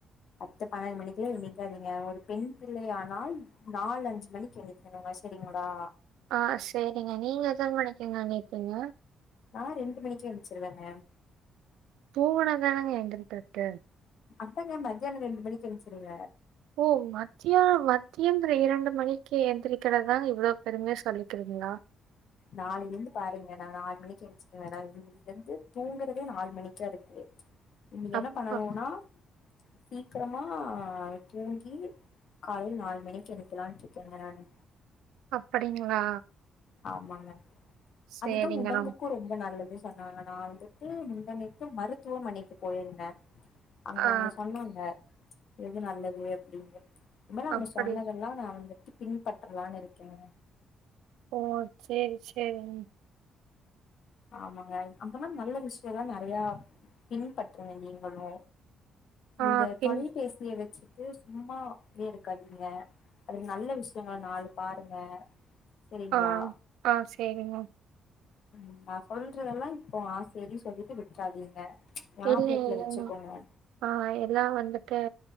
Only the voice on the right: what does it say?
ஆ சேரிங்க நீங்க எத்தன மணிக்குங்க எந்தீப்பீங்க
தூங்கனாதானங்க எந்திகிறதுக்கு
ஓ மத்திய மத்தியம் இரண்டு மணிக்கு எந்திரிக்கிறதா இவ்ளோ பெருமையா சொல்லிக்கிறிங்களா
அப்ப
அப்படிங்ளா
சரிங்க.
ரொம்
ஆ
அப்படி
ஓ சேர் சேரிங்
ஆ
பின்
ஆ ஆ சேரிங்க
இல்லையே
ஏ மா ஆ எல்லா வந்துட்டு